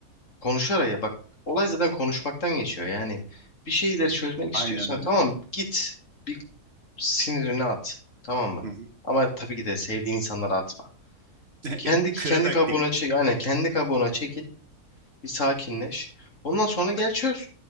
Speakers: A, on the left; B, on the right.
A: konuşarak ya bak olay zaten konuşmaktan geçiyor. Yani bir şeyleri çözmek istiyorsan
B: aynen öyle.
A: tamam git bir sinirini at tamam mı?
B: Hı hı.
A: Ama tabii ki de sevdiğin insanlara atma.
B: <laughs>
A: Kendi kendi
B: Kırarak
A: kabuğuna
B: değil.
A: çek aynen kendi kabuğuna çekil bir sakinleş. Ondan sonra gel çöz.